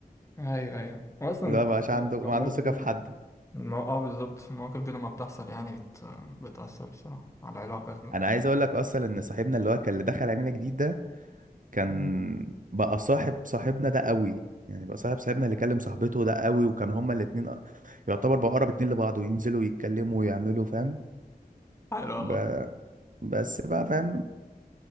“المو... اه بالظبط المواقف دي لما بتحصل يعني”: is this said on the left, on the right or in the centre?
Left